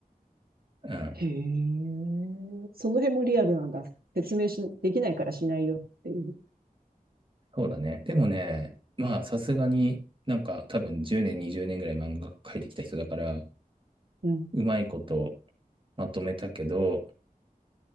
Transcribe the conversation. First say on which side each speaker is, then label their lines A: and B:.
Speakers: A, on the right; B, on the right.
A: うん、
B: へえ、その辺もリアルなんだ。説明し、できないからしないよっていう。
A: そうだね。でもね、まあ、さすがになんか多分10年、20年ぐらい漫画描いてきた人だから、
B: うん。
A: うまいことまとめたけど、